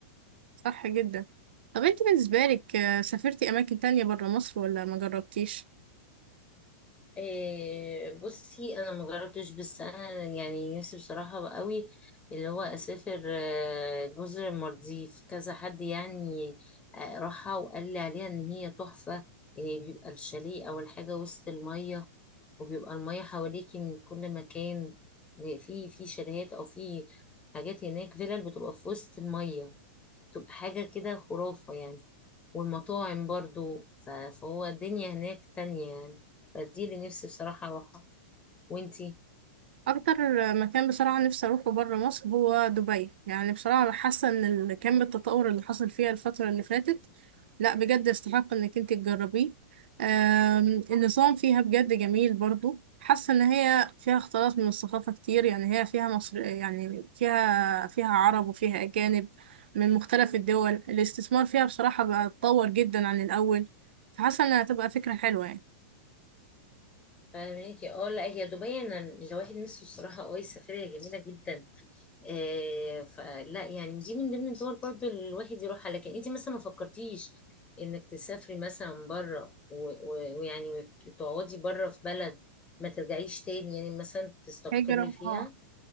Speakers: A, on the right; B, on the left.
A: صح جدا طب انت بالنسبه لك آه، سافرتي اماكن تانية برا مصر ولا ما جربتيش
B: إيه بصي انا مجربتش بس انا يعني نفسي بصراحه بقى قوي اللي هو اسافر آه، جزر المالديف كذا حد يعني آه، راحها وقال لي عليها ان هي تحفه إيه بيبقى الشاليه او الحاجه وسط الميه وبيبقى الميه حواليكي من كل مكان آه، في في شاليهات او في حاجات هناك فيلل بتبقى في وسط الميه تبقى حاجة كده خرافة يعني والمطاعم برضو ف- فهو الدنيا هناك تانية يعني فدي اللي نفسي بصراحة أروحها وانتي
A: اكتر مكان بصراحه نفسي اروحه بره مصر هو دبي يعني بصراحه حاسه ان ال- كم التطور اللي حصل فيها الفتره اللي فاتت لا بجد يستحق انك انت تجربيه آم، النظام فيها بجد جميل برضو حاسه ان هي فيها اختلاط من الثقافه كتير يعني هي فيها مصر يعني فيها فيها عرب وفيها اجانب من مختلف الدول الاستثمار فيها بصراحه بقى اتطور جدا عن الاول فحاسه انها هتبقى فكره حلوه يعني
B: فاهماكي اه لا هي دبي انا الواحد نفسه بصراحة اه هي سفرية جميلة جدا آه فلا يعني دي من ضمن الدول برضو اللي الواحد يروحها لكن انتي مثلا ما فكرتيش انك تسافري مثلا بره و- و- ويعني تقعدي بره في بلد ما ترجعيش تاني يعني مثلا تستقري
A: هجرة
B: فيها
A: اه